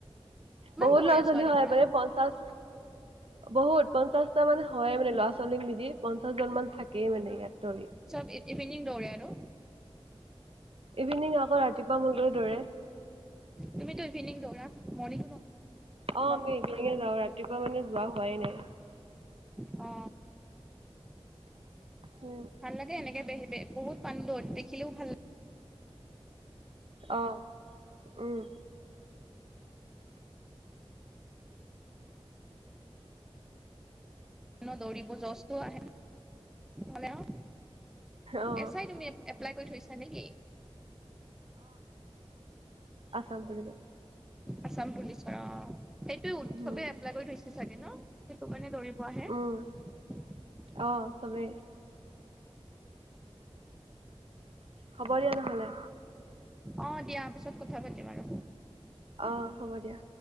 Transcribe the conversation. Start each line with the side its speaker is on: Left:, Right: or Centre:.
Right: বহুত
Centre: দৌৰে
Right: লছ হলে
Centre: ছোৱালীবোৰে
Right: হয় মান পঞ্চাশ বহুত পঞ্চাশ হাজাৰ মান হয় মানে ল'ৰা ছোৱালীক মিলি পঞ্চাশ জন মান থাকেই মানে ইয়াত
Centre: চব ইভিনিং দৌৰে আৰু
Right: ইভিনিং আকৌ ৰাতিপুৱা গৈ দৌৰে‌।
Centre: তুমিতো ইভিনিং দৌৰা মৰ্ণিং
Right: অ আমি ইভিনিঙে যাও ৰাতিপুৱা মানে যোৱা হোৱাই নাই
Centre: অ
Right: উম
Centre: ভাল লাগে এনেকে বেহিবে বহুত পান দ'ত দেখিলেও ভাল লাগে
Right: অহ উম
Centre: ন দৌৰিব জচ টো আহে। হলেও,
Right: অ',
Centre: এছ আই তুমি এপ - এপ্লাই কৰি থৈছা নেকি?
Right: আচাম পুলিচত।
Centre: আচাম পুলিছৰ‌ অ'। সেইটো উৎসৱে
Right: উম,
Centre: এপ্লাই কৰি থৈছে চাগে ন? সেইটো কাৰণে দৌৰিব আহে।
Right: উম, অ' চবে। হব দিয়া নহলে।
Centre: অ দিয়া পিছত কথা পাতিম আৰু।
Right: অ', হ'ব দিয়া।